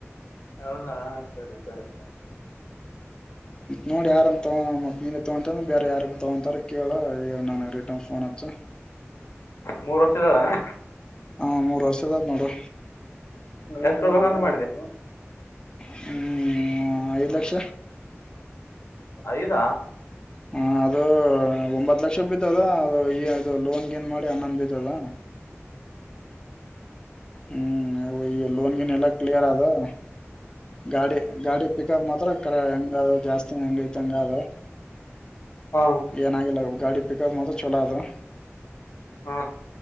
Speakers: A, on the left (about 65°); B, on the left (about 15°).
A: ಹೌದಾ ಸರಿ ಸರಿ
B: ನೋಡಿ ಯಾರ ತಗ ಮತ್ತ ಮನ್ ತಗೊಂತಂದ್ರ ಬೇರೆ ಯಾರ ತಗೋಂತಾರ ಕೇಳ ನ ರಿಟನ್ ಫೋನ ಅಚ್ಚ
A: ಮೂರು ವರ್ಷ ಜಲ್ಲ ನ
B: ಹಾ ಮೂರ್ ವರ್ಷದ್ ನೋಡು
A: ಎಷ್ಟೋಗಂತ ಮಾಡಿದೆ
B: ಹ್ಮ ಐದು ಲಕ್ಷ
A: ಐದ
B: ಹ ಅದು ಒಂಬತ್ ಲಕ್ಷ ಬಿದ್ದದ ಅದು ಈ ಇದು ಲೋನ್ ಏನ್ ಮಾಡಿ ಹನ್ನೊಂದ್ ಬಿದ್ದದ <inaudible> ಹ್ಮ್ ಲೋನ್ಗೆನೆೆಲ್ಲ ಕ್ಲಿಯರ್ ಆದದ ಗಾಡಿ ಗಾಡಿ ಪಿಕಪ್ ಮಾತ್ರ ಕ ಹೆಂಗ ಅದ ಜಾಸ್ತಿ ಹೆಂಗ ಐತ್ಂಗ ಅದ
A: ಹಾ
B: ಏನಾಗಿಲ್ಲ ಗಾಡಿ ಪಿಕಪ್ ಮಾತ್ರ ಚಲೋ ಅದು
A: ಹಾ